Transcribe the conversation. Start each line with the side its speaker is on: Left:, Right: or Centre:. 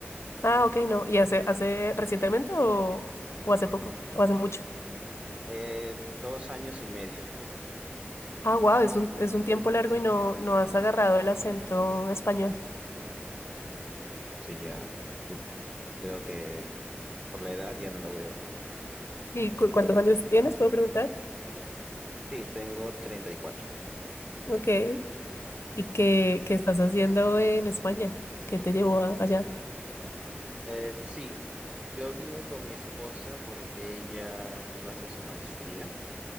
Left: Ah, ok, no. ¿Y hace, hace recientemente o, o hace poco? ¿O hace mucho?
Right: Eh, dos años y medio ya. Eh,
Left: Ah, wow, es un,
Right: eh,
Left: es un tiempo largo y no, no has agarrado el acento español.
Right: Sí, ya. Creo que por la edad ya no lo voy a agarrar.
Left: ¿Y cu- cuántos años tienes? ¿Puedo preguntar?
Right: Sí, tengo 34.
Left: Ok. ¿Y qué, qué estás haciendo en España? ¿Qué te llevó a- allá?
Right: Eh, sí, yo vine con mi esposa porque ella iba a hacer su maestría